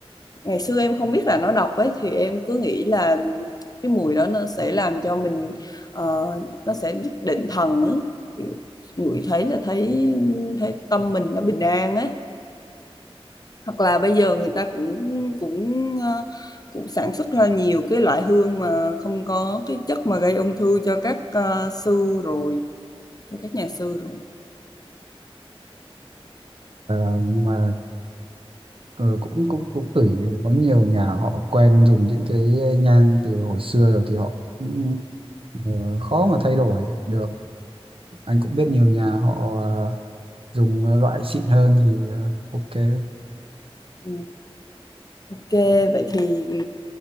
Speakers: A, on the left (about 40°); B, on the right (about 60°).
A: ngày xưa em không biết là nó độc ấy thì em cứ nghĩ là cái mùi đó nó sẽ làm cho mình ờ, nó sẽ giúp định thần ấy ngửi thấy là thấy thấy tâm mình nó bình an ấy hoặc là bây giờ người ta cũng cũng ờ, cũng sản xuất ra nhiều cái loại hương mà không có cái chất mà gây ung thư cho các ờ, sư rồi cho các nhà sư rồi
B: ờ, nhưng mà ờ, cũng cũng cũng tùy có nhiều nhà họ quen dùng những cái nhang từ hồi xưa rồi thì họ cũng ờ, khó mà thay đổi được anh cũng biết nhiều nhà họ ờ, dùng loại xịn hơn thì ờ, ok
A: ừ. Ok vậy thì ừ,